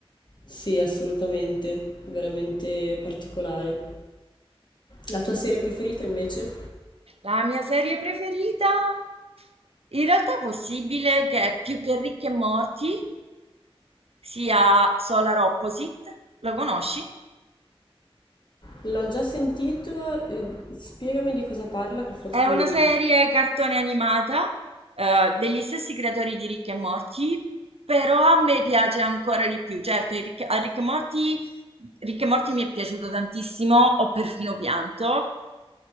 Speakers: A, on the left (about 50°); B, on the right (about 75°).
A: Sì, assolutamente, veramente particolare. La tua serie preferita invece?
B: La mia serie preferita, in realtà è possibile che più che Ricche e Morti sia Solar Opposite. Lo conosci?
A: L'ho già sentito, eh, spiegami di cosa parla che forse
B: È una
A: mi...
B: serie cartone animata, eh, degli stessi creatori di Rick e Morty, però a me piace ancora di più. Certo, i Rick- a Rick e Morty, Rick e Morty mi è piaciuto tantissimo, ho perfino pianto,